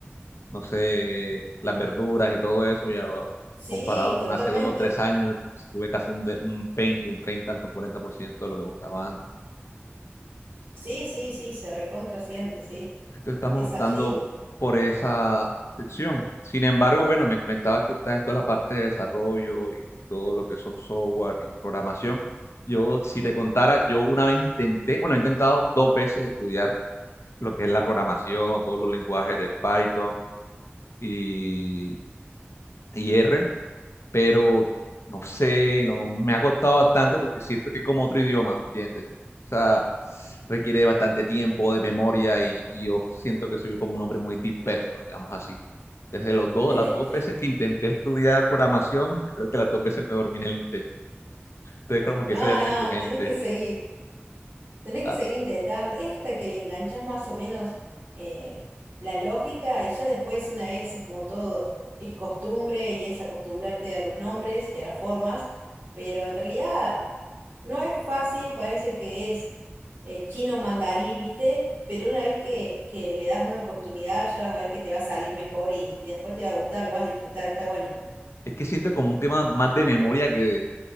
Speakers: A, on the left; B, on the right.
A: no sé, las verduras y todo eso, ya
B: Sí,
A: comparado con
B: totalmente.
A: hace dos o tres años, se sube casi un, de- un 20, un 30, hasta un 40% de lo que costaba antes.
B: Sí, sí, sí, se recontrasiente, sí.
A: Entonces estamos
B: Es
A: optando
B: así.
A: por esa sección. Sin embargo, bueno, me comentabas que estás en toda la parte de desarrollo y todo lo que son software y programación. Yo, si te contara, yo una vez intenté, bueno, he intentado dos veces estudiar lo que es la programación, todos los lenguajes de Python y, y R, pero no sé, no, me ha costado bastante porque siento que es como otro idioma, ¿me entiendes? O sea, requiere de bastante tiempo, de memoria y, y yo siento que soy como un hombre muy disperso, digamos así. Desde los dos,
B: <laughs>
A: las dos veces que intenté estudiar programación, creo que las dos veces me dormí en el intento. Entonces, como que
B: No,
A: eso ya tiene
B: no,
A: su gente.
B: tenés que seguir. Tenés que
A: Ah,
B: seguir intentando. Es hasta que le enganchás más o menos eh, la lógica y ya después, una vez, es como todo. Es costumbre y es acostumbrarte a los nombres y a las formas. Pero en realidad. No es fácil, parece que es eh, chino mandarín, ¿viste? Pero una vez que, que le das una oportunidad, ya vas a ver que te va a salir mejor y, y después te va a gustar, lo vas a disfrutar, está bueno.
A: es que siento como un tema más de memoria que de,